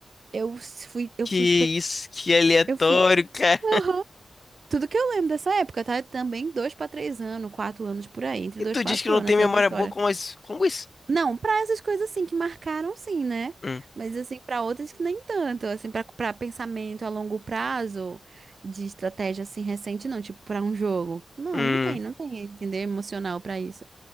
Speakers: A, on the right; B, on the left.
A: Eu s- fui, eu
B: Que
A: fui
B: isso, que aleatório,
A: eu fui.
B: cara.
A: Aham. Tudo que eu lembro dessa época, tá? É Também dois pra três anos, quatro anos por aí, entre
B: E
A: dois
B: tu
A: e quatro
B: diz que não
A: anos,
B: tem memória
A: essas histórias.
B: boa como isso? Como isso?
A: Não, pra essas coisas assim que marcaram, sim, né?
B: Hum,
A: Mas assim, pra outras que nem tanto, assim, pra para pensamento a longo prazo de estratégia assim recente, não, tipo pra um jogo. Não,
B: hum.
A: não tem, não tem, entender emocional pra isso.